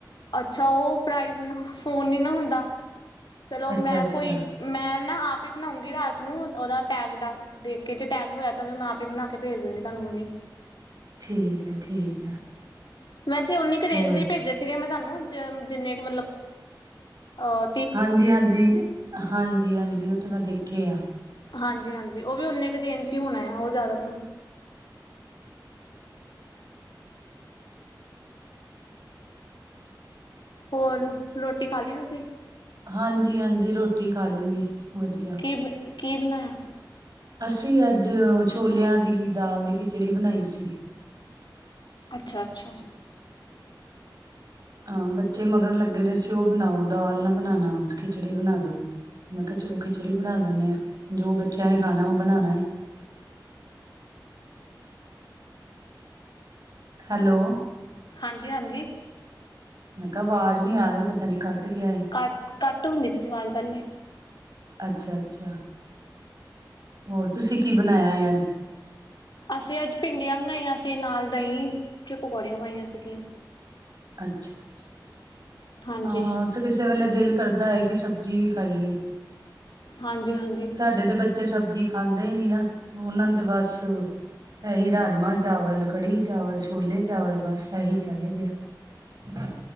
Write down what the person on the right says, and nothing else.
ਅੱਛਾ
ਅੱਛਾ
ਠੀਕ ਹੈ ਠੀਕ ਹੈ
ਹੋਰ
ਹਾਂਜੀ ਹਾਂਜੀ ਹਾਂਜੀ ਹਾਂਜੀ ਉਹ ਤੇ ਮੈਂ ਦੇਖੇ ਆ
ਹਾਂਜੀ ਹਾਂਜੀ ਰੋਟੀ ਖਾ ਲਈ ਏ ਵਦੀਆ।
ਅਸੀ ਅੱਜ ਛੋਲਆਂ ਦੀ ਦਾਲ ਦੀ ਖਿਚੜੀ ਬਨਾਈ ਸੀ।
ਹਾਂ ਬੱਚੇ ਮਗਰ ਲੱਗੇ ਰੈ ਸੀ ਓ ਬਨਾਓ ਦਾਲ ਨਾ ਬਨਾਨਾ ਖਿਚੜੀ ਬਨਾ ਦੋ। ਮੈਂ ਕੇਆ ਚਲੋ ਖਿਚੜੀ ਬਨਾ ਲੈਨੇ ਆ ਜੋ ਬੱਚੇਆਂ ਨੇ ਖਾਣਾ ਓ ਬਨਾਨਾ ਏ। ਹੈਲੋ।
ਮੈਂ ਕਾ ਵਾਜ ਨੀ ਆ ਰੀ ਪਤਾ ਨੀ ਕਟ ਗੇਆ ਏ।
ਅੱਛਾ ਅੱਛਾ ਹੋਰ ਤੂਸੀ ਕੀ ਬਨਾਏਆ ਏ ਅੱਜ?
ਅੱਛਾ।
ਹਾਂ ਕਿਸੇ ਵੇਲੇ ਦਿਲ ਕਰਦਾ ਏ ਕਿ ਸਬਜੀ ਵੀ ਖਾਈਏ।
ਸਾਡੇ ਤੇ ਬੱਚੇ ਸਬਜੀ ਖਾਂਦੇ ਨੀ ਨਾ ਓਨਾਂ ਨੂੰ ਤੇ ਬੱਸ ਏਈ ਰਾਜਮਾਂ ਚਾਵਲ ਕੜੀ ਚਾਵਲ ਛੋਲੇ ਚਾਵਲ ਬੱਸ ਏਹੀ ਚਾਹੀਦੇ ਆ।